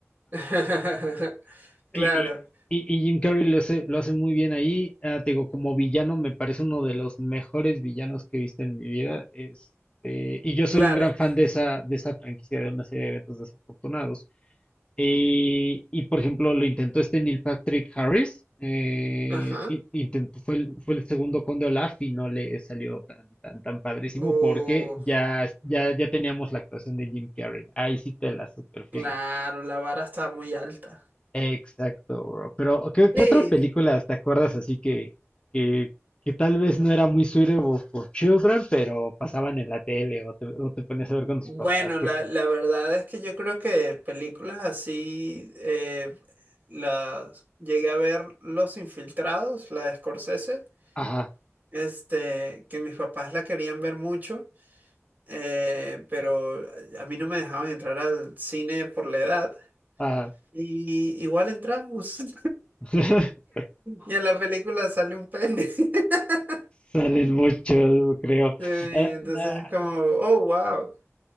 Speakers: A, on the right; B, on the left.
A: <laughs> Claro,
B: Y, y- y- y Jim Carrey lo hace, lo hace muy bien ahí. Ah, te digo, como villano me parece uno de los mejores villanos que he visto en mi vida. Este, y yo soy
A: claro.
B: un gran
A: es
B: fan
A: que-
B: de esa, de esa franquicia, de una serie de eventos desafortunados. Y, y, por ejemplo, lo intentó este Neil Patrick Harris. eh,
A: Ajá.
B: i- intentó, fue el, fue el segundo Conde Olaf y no le salió tan, tan, tan padrísimo
A: Oh,
B: porque ya, ya, ya teníamos la actuación de Jim Carrey. Ahí sí te la superfirmo.
A: claro, la vara está muy alta.
B: Exacto, bro. Pero, ¿qué, qué
A: Sí.
B: otra película te acuerdas así que, que, que tal vez no era muy suitable for children, pero pasaban en la tele o te, o te ponías a ver con tus
A: Bueno,
B: papás? cosas-
A: la, la verdad es que yo creo que películas así eh, las llegué a ver Los Infiltrados, la de Scorsese,
B: ajá,
A: este, que mis papás la querían ver mucho, eh, pero a mí no me dejaban entrar al cine por la edad.
B: ah,
A: Y igual entramos. <laughs>
B: <laughs>
A: Y en la película sale un pene. <laughs>
B: salen mucho, creo.
A: Sí, y
B: Eh,
A: entonces
B: ah,
A: es como, oh, wow.